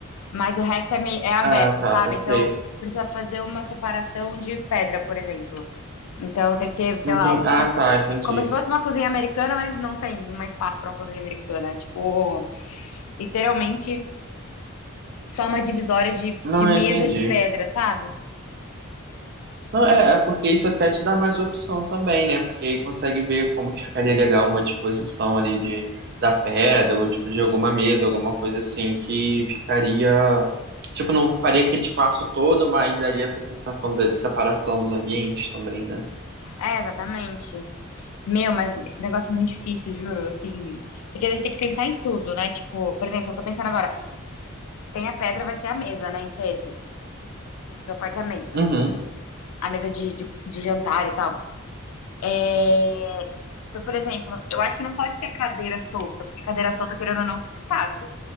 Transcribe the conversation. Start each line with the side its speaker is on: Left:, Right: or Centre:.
Left: Mas o resto é, me- é aberto,
Right: Ah, tá,
Left: sabe?
Right: saquei.
Left: Então precisa fazer uma separação de pedra, por exemplo. Então tem que ter, sei
Right: Entendi.
Left: lá, o-
Right: Ah,
Left: sa-
Right: tá, entendi.
Left: como se fosse uma cozinha americana, mas não tem um espaço para uma cozinha americana. É Tipo, literalmente só uma divisória de,
Right: Não,
Left: de mesa
Right: eu entendi.
Left: de pedra, sabe?
Right: Não, é, é porque isso até te dá mais opção também, né? Porque aí consegue ver como que ficaria legal uma disposição ali de, da pedra, ou tipo de alguma mesa, alguma coisa assim, que ficaria. Tipo, não ocuparia aquele espaço todo, mas daria essa sensação de, de separação dos ambientes também, né?
Left: É, exatamente. Meu, mas esse negócio é muito difícil, juro. Assim, porque eles têm que pensar em tudo, né? Tipo, por exemplo, eu tô pensando agora, tem a pedra, vai ser a mesa, né, em tese, do apartamento.
Right: Uhum.
Left: A mesa de, de de jantar e tal. É, Então, por exemplo, eu acho que não pode ter cadeira solta, porque cadeira solta, querendo ou não, ocupa espaço,